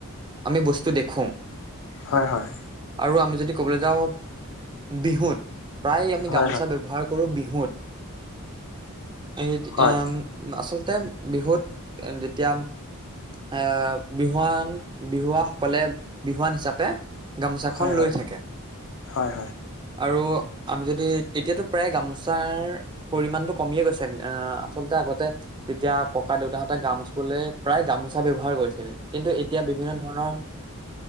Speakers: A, on the right; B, on the left.
A: আমি বস্তু দেখোঁ
B: হয়-হয়
A: আৰু আমি যদি ক'বলৈ যাওঁ বিহুত প্ৰায় আমি
B: হয়
A: গামোচা
B: হয়
A: ব্যৱহাৰ কৰো বিহুত <unintelligible>
B: হয়
A: আচল <unintelligible> বিহুত যেতিয়া আমি এ বিহুৱান বিহুৱাসকলে বিহুৱান হিচাপে <unintelligible> গামোচাখন
B: হয় হয়
A: লৈ থাকে,
B: হয়
A: আৰু আমি যদি এতিয়াতো প্ৰায় গামোচাৰ পৰিমানটো কমিয়ে গৈছে আহ আচলতে আগতে তেতিয়া <unintelligible> ক ককা দেউতাহঁতে গা মুচিবলে প্ৰায় গামোচা ব্যৱহাৰ কৰিছিল কিন্তু এতিয়া বিভিন্ন ধৰণৰ